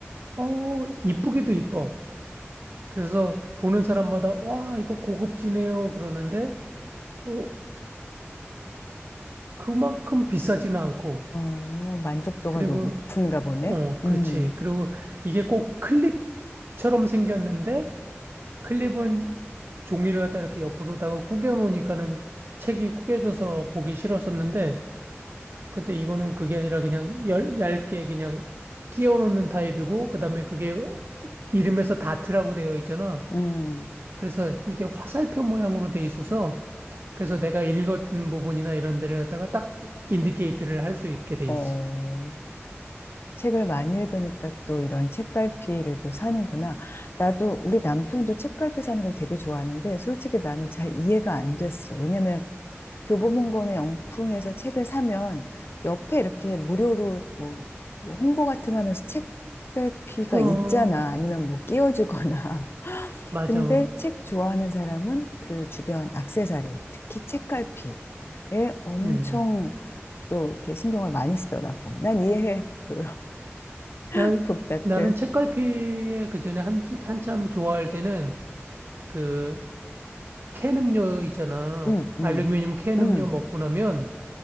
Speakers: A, on the right; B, on the left.
A: 어, 이쁘기도 이뻐. 그래서 보는 사람마다 와, 이거 고급지네요. 그러는데 어, 그만큼 비싸지는 않고
B: 어, 만족도가
A: 그리고
B: 높은가 보네.
A: 어, 그렇지.
B: 음,
A: 그리고 이게 꼭 클립처럼 생겼는데 클립은 종이를 갖다 이렇게 옆으로다가 구겨 놓으니까는 책이 구겨져서 보기 싫었었는데 근데 이거는 그게 아니라 그냥 얇- 얇게 그냥 끼워 놓는 타입이고 그다음에 그게 이름에서 다트라고 되어 있잖아.
B: 음,
A: 그래서 이게 화살표 모양으로 돼 있어서 그래서 내가 읽었던 부분이나 이런 데를 갖다가 딱 인디케이트를 할 수 있게 돼
B: 어,
A: 있어.
B: 책을 많이 읽으니까 또 이런 책갈피를 또 사는구나. 나도, 우리 남편도 책갈피 사는 걸 되게 좋아하는데, 솔직히 나는 잘 이해가 안 됐어. 왜냐면 교보문고는 영풍에서 책을 사면 옆에 이렇게 무료로 뭐, 뭐 홍보 같은 거 하면서 책갈피가
A: 어,
B: 있잖아. 아니면 뭐 끼워주거나. <laughs>
A: 맞아,
B: 근데
A: 뭐.
B: 책 좋아하는 사람은 그 주변 액세서리, 특히 책갈피에 엄청
A: 음.
B: 또 이렇게 신경을 많이 쓰더라고. 난 이해해. 그 <laughs>
A: 나,
B: 북다트.
A: 나는 책갈피에 그 전에 한, 한참 좋아할 때는 그 캔 음료 있잖아.
B: 응,
A: 알루미늄
B: 응,
A: 캔
B: 응.
A: 음료 먹고 나면